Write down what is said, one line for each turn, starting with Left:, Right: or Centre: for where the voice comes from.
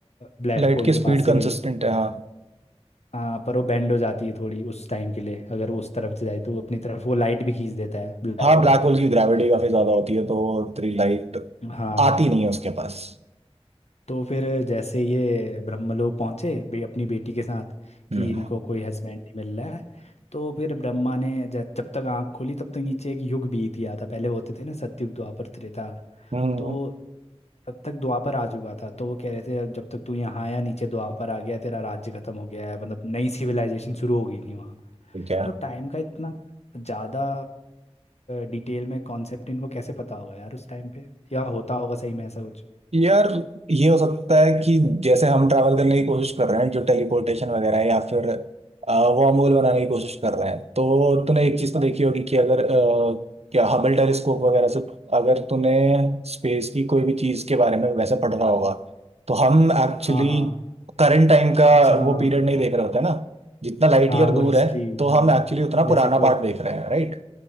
Left: ब्लैक
Right: लाइट
Left: होल
Right: की
Left: के
Right: स्पीड
Left: पास से
Right: कंसिस्टेंट
Left: गई तो
Right: है हाँ
Left: हाँ पर वो बेंड हो जाती है थोड़ी उस टाइम के लिए अगर वो उस तरफ से जाए तो वो अपनी तरफ वो लाइट भी खींच देता है ब्लैक
Right: हाँ
Left: होल
Right: ब्लैक होल की ग्रेविटी
Left: ऐसा
Right: काफी ज्यादा होती है तो तेरी लाइट
Left: हाँ
Right: आती नहीं है उसके पास
Left: तो फिर जैसे ये ब्रह्मलोक पहुंचे बे, अपनी बेटी के साथ कि
Right: हम्म
Left: इनको कोई हस्बैंड नहीं मिल रहा है तो फिर ब्रह्मा ने ज- जब तक आंख खोली तब तक नीचे एक युग बीत गया था पहले होते थे ना सतयुग द्वापर त्रेता
Right: हम्म
Left: तो तब तक द्वापर आ चुका था तो वो कह रहे थे "अब जब तक तू यहाँ आया नीचे द्वापर आ गया है, तेरा राज्य खत्म हो गया है मतलब नई सिविलाइजेशन शुरू हो गई थी वहाँ
Right: ठीक है
Left: तो टाइम का इतना ज़्यादा डिटेल में कॉन्सेप्ट इनको कैसे पता होगा यार उस टाइम पे या होता होगा सही में ऐसा कुछ
Right: यार ये हो सकता है कि जैसे हम ट्रैवल करने की कोशिश कर रहे हैं जो टेलीपोर्टेशन वगैरह है या फिर वॉर्म होल बनाने की कोशिश कर रहे हैं तो तूने एक चीज तो देखी होगी कि अगर अ, क्या हबल टेलीस्कोप वगैरह से अगर तूने स्पेस की कोई भी चीज के बारे में वैसे पढ़ रहा होगा तो हम एक्चुअली
Left: हाँ हाँ
Right: करंट टाइम का
Left: अच्छा हाँ
Right: वो पीरियड नहीं देख रहे होते ना जितना लाइट
Left: हाँ
Right: ईयर दूर
Left: वो हिस्ट्री
Right: है तो
Left: हाँ
Right: हम एक्चुअली उतना
Left: जैसे
Right: पुराना पार्ट
Left: को
Right: देख रहे हैं राइट